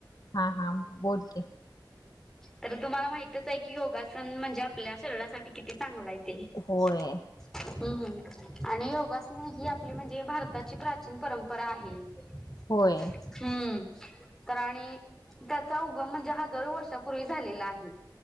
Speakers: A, on the left (about 55°); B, in the centre.
A: हा हा बोल की
B: तर तुम्हाला माहितच आहे की योगासन म्हणजे आपल्या शरीरासाठी किती चांगलं आहे
A: होय
B: <inaudible> हम्म आणि योगासने ही आपली म्हणजे भारताची प्राचीन परंपरा आहे
A: होय
B: हम्म. तर आणि त्याचा उगम म्हणजे हजारो वर्षापूर्वी झालेला आहे.